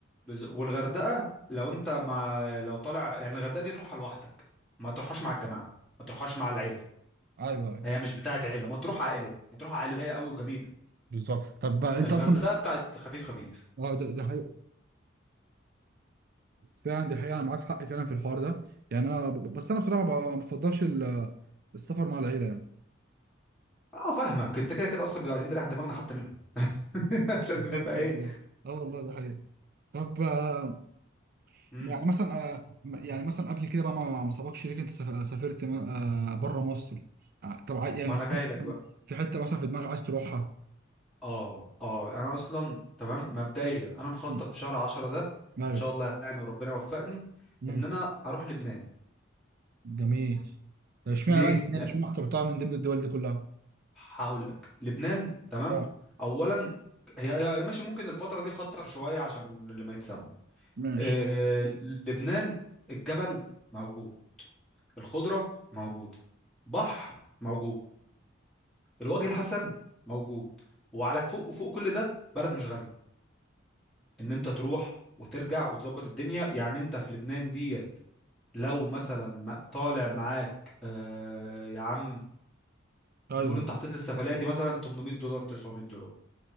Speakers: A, in the centre; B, on the right.
A: بز... والغردقه لو انت مع لو طالع يعني الغردقه دي تروحها لوحدك ما تروحهاش مع الجماعه ما تروحهاش مع العيله
B: ايوه أيوة،
A: هي مش بتاعه عيله ما تروح عائليه ما تروح عائليه قوي وجميله
B: بالظبط طب بقى انت
A: الغردقه
B: اصلا
A: بتاعت خفيف خفيف
B: اه ده ده حقيقي. فعلا دي حقيقة أنا معاك حق فعلا في الحوار ده يعني أنا ب- بس أنا بصراحة ما بفضلش ال- السفر مع العيلة يعني
A: اه فاهمك انت كده كده اصلا بيبقى عايزين نريح دماغنا حتى منهم <laughs> عشان
B: بالظبط
A: نبقى ايه
B: والله اه والله ده حقيقة طب آه،
A: امم
B: يعني مثلا آه، م- يعني مثلا قبل كده بقى ما ما سبقش ليك أنت سف- سافرت بره مصر آه، طب عاي- يعني
A: ما انا
B: في
A: جاي لك بقى
B: في حتة مثلا في دماغك عايز تروحها
A: اه اه انا اصلا تمام مبدئيا انا مخطط
B: مم.
A: في شهر 10 ده
B: أيوه
A: ان شاء الله يعني وربنا يوفقني
B: مم.
A: ان انا اروح لبنان
B: جميل طب اشمعنى
A: ليه؟
B: بقى يعني اشمعنى اخترتها من ضمن الدول دي كلها؟
A: هقول لك لبنان تمام
B: اه
A: اولا هي هي- ماشي ممكن الفتره دي خطر شويه عشان اللي ما يتسمى
B: ماشي
A: آه، لبنان الجبل موجود الخضره موجوده بحر موجود الوجه الحسن موجود وعلى فوق وفوق كل ده بلد مش غاليه ان انت تروح وترجع وتظبط الدنيا يعني انت في لبنان ديت لو مثلا ما- طالع معاك آه، يا عم
B: ايوه
A: نقول انت حطيت للسفليه دي مثلا 800 دولار 900 دولار